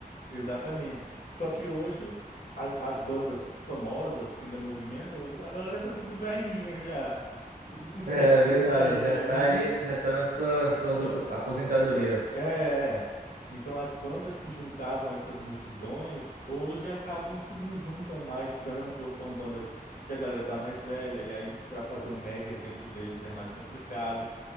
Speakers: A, on the left (about 70°); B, on the right (about 65°).
A: Exatamente. Só que hoje as, as bandas famosas que ainda movimentam, a galera tá tudo velhinha já, tudo com 70
B: É verdade,
A: anos.
B: já tá ali, né, já tá nas suas, suas
A: Então,
B: op- aposentadorias.
A: é, é. Então as bandas que juntavam essas multidões hoje acabam que não juntam mais tanto, ou são bandas que a galera tá mais velha, e aí para fazer um mega evento desse é mais complicado.